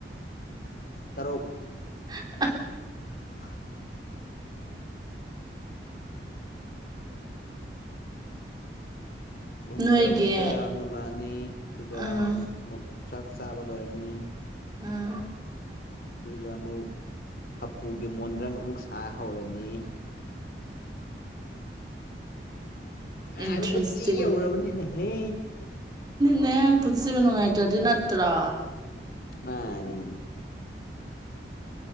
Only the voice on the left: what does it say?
ꯇꯔꯣ
<unintelligible> <inaudible> ꯄꯨꯡ
ꯇꯔꯨꯛꯇ ꯑꯃꯨꯛ ꯂꯥꯛꯑꯅꯤ ꯑꯗꯨꯒ
ꯑꯃꯨꯛ ꯆ꯭ꯔꯛ ꯆꯥꯕ ꯂꯣꯏꯔꯅꯤ
ꯑꯗꯨꯗ ꯑꯃꯨꯛ ꯍꯥꯄꯨꯒꯤ ꯃꯣꯟꯗ꯭ꯔꯪ ꯑꯃꯨꯛ ꯁꯥ ꯍꯧꯔꯅꯤ ꯅꯨꯡꯉꯥꯏꯕ
ꯄꯨꯟꯁꯤ ꯌꯧꯔꯕꯅꯤꯅꯦꯍꯦ
ꯃꯥꯅꯤ